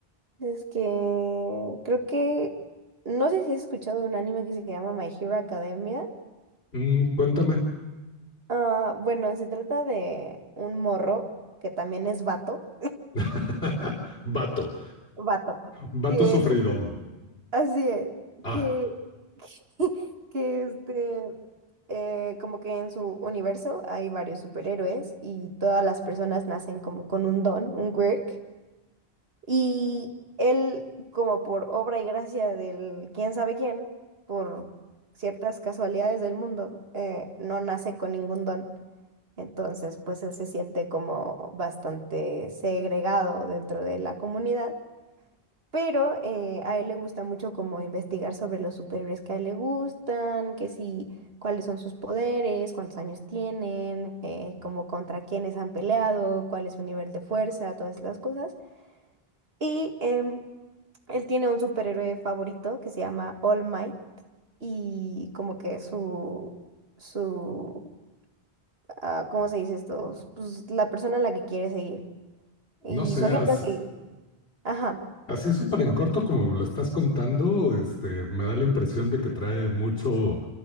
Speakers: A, on the right; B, on the left.
A: es que creo que no sé si has escuchado de un anime que se llama My Hero Academia.
B: Mm, cuéntame.
A: Ah, bueno, se trata de un morro que también es vato.
B: <laughs> Vato,
A: <laughs> Vato.
B: vato
A: Que
B: sufridón.
A: así es.
B: Ah,
A: Que, <laughs> que este. eh, como que en su universo hay varios superhéroes y todas las personas nacen como con un don, un quirk. Y él, como por obra y gracia del quién sabe quién, por ciertas casualidades del mundo, eh, no nace con ningún don. Entonces, pues él se siente como bastante segregado dentro de la comunidad. Pero eh, a él le gusta mucho como investigar sobre los superhéroes que a él le gustan, que si, cuáles son sus poderes, cuántos años tienen, eh, como contra quiénes han peleado, cuál es su nivel de fuerza, todas las cosas. Y em, él tiene un superhéroe favorito que se llama All Might y como que su, su, ah, ¿cómo se dice esto? Pues la persona a la que quiere seguir y
B: no seas.
A: su ejemplo a seguir. Ajá.
B: Así súper en corto como me lo estás contando, este, me da la impresión de que trae mucho